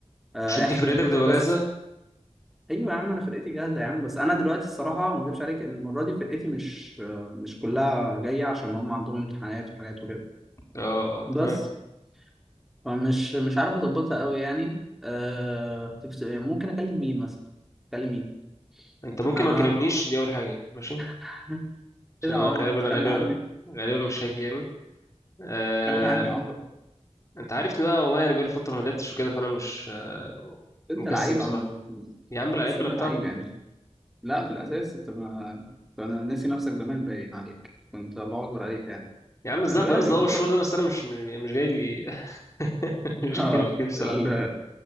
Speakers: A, in the centre; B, on the left.
A: آه،
B: مش انت
A: احجز
B: فرقتك
A: انت
B: بتبقى
A: بس
B: جاهزة
A: ايوه يا عم انا فرقتي جاهزه يا عم بس انا دلوقتي الصراحه ما اكذبش عليك ان المره دي فرقتي مش آه، مش كلها جايه عشان هم عندهم امتحانات وحاجات وكده
B: اه اه تمام
A: بس فمش مش عارف اظبطها قوي يعني أه... تفت- ممكن اكلم مين مثلا اكلم مين
B: انت ممكن
A: انا
B: ما كلمنيش دي اول حاجة ماشي
A: <laughs>
B: عشان
A: ايه ده
B: انا
A: يا عمر
B: غالبا
A: تخلى
B: غالبا
A: عني
B: غالبا مش هاجي يعني آه
A: تخلى عني يا عمر
B: انت عارفني بقى والله انا بقالي فتره ما لعبتش وكده فانا مش آه،
A: انت
B: مكسل
A: لعيب
B: بصراحه
A: يا عمور
B: يا عم لا
A: بس
B: بلا
A: انت
B: بتاع
A: لعيب
B: بقى
A: يعني لا في الاساس انت ما أنت- انا ناسي نفسك زمان باين عليك كنت الله اكبر عليك يعني
B: يا عم الذهب
A: خلي بالك
B: قصدي
A: الكرة
B: هو الشهور ده بس انا مش م- مش جاي لي <laughs> مش
A: <laughs> اه
B: جاي لي نفسي
A: ال...
B: العب يعني